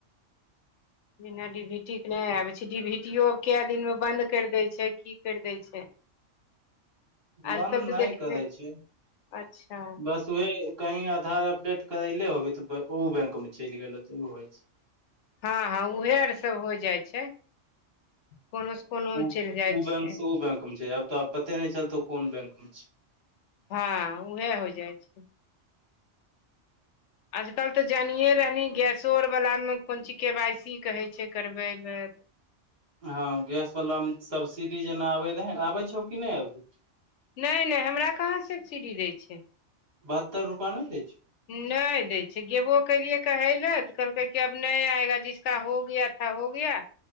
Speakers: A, on the left; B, on the right.
A: बिना डी भी टी के नहि आबे छै डीभी टी क दिन मे बंद कर दे छै की कर दे छै आजकल
B: बन्द नहि
A: तऽ देखबे
B: करै छै
A: अच्छा
B: बस ऊहे कहीं आधार अपडेट करेले होबी त ओ बैंक में चलि गेल ते उ होइ छै
A: हँ हँ उहे आर सब हो जाइ छै कोनो कोनो
B: ओ
A: मे चलि जाइ छै
B: बैंक से ओ बैंक मे छै आब तो पते नहि चलतौ कोन बैंक मे छै
A: हँ उहाँ हो जाइ छै आजकल तऽ जानियए रहनी गैसो आरवलामे कोन चीज केवाइ सी कहै छै करबै लए
B: हँ गैसवलामे सब्सिडी जेना आबैत रह आबै छौ कि नहि अभी
A: नहि नहि हमरा कहाँ सब्सिडी दै छैय
B: बहत्तर रुपा नहि दे छो
A: नहि दै छै गेबो कलियै कहै लए तऽ कहलकै कि आब नहि आएगा जि हो गया था हो गया